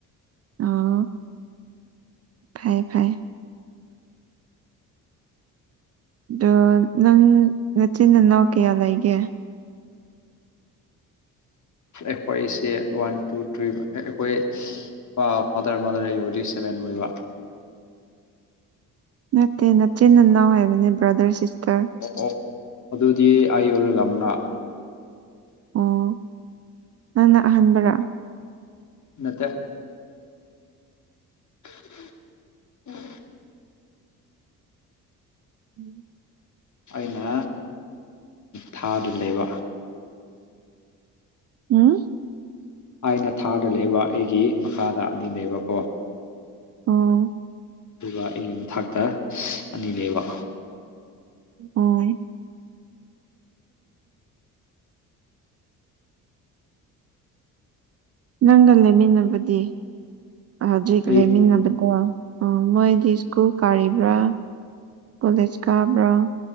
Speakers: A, on the right (about 35°); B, on the left (about 40°).
A: ꯑ ꯐꯩ ꯐꯩ ꯑꯗꯣ ꯅꯪ ꯅꯆꯤꯟ ꯅꯅꯥꯎ ꯀꯌꯥ ꯂꯩꯒꯦ
B: ꯑꯩꯈꯣꯏꯁꯦ ꯋꯥꯟ ꯇꯨ ꯊ꯭ꯔꯤ ꯑꯩꯈꯣꯏ ꯐꯥꯗꯔ ꯃꯥꯗꯔ ꯑꯩ ꯑꯣꯏꯔꯗꯤ ꯁꯕꯦꯟ ꯑꯣꯏꯕ
A: ꯅꯠꯇꯦ ꯅꯆꯤꯟ ꯅꯅꯥꯎ ꯍꯥꯏꯕꯅꯦ ꯕ꯭ꯔꯗꯔ ꯁꯤꯁꯇꯔ
B: ꯑꯣ ꯑꯣ ꯑꯗꯨꯗꯤ ꯑꯩ ꯌꯥꯎꯔꯒ ꯃꯉꯥ
A: ꯑꯣ ꯅꯪꯅ ꯑꯍꯥꯟꯕꯔꯥ
B: ꯅꯠꯇꯦ <unintelligible>
A: ꯎꯝ
B: ꯑꯩꯅ ꯊꯥꯗꯨ ꯂꯩꯕ
A: ꯎꯝ
B: ꯑꯥꯏꯅ ꯊꯥꯗ ꯂꯩꯕ ꯑꯩꯒꯤ ꯃꯈꯥꯗ ꯑꯅꯤ ꯂꯩꯕꯀꯣ
A: ꯑꯣ
B: ꯑꯗꯨꯒ ꯑꯩꯒꯤ ꯃ ꯊꯥꯛꯇ ꯑꯅꯤ ꯂꯩꯕ
A: ꯑꯣ ꯅꯪꯒ ꯂꯩꯃꯤꯟꯅꯕꯗꯤ ꯍꯧꯖꯤꯛ
B: ꯑꯩ
A: ꯂꯩꯃꯤꯟꯅꯕꯀꯣ ꯃꯣꯏꯗꯤ ꯏꯁꯀꯨꯜ ꯀꯥꯔꯤꯕ꯭ꯔꯥ ꯀꯣꯂꯦꯖ ꯀꯕ꯭ꯔꯥ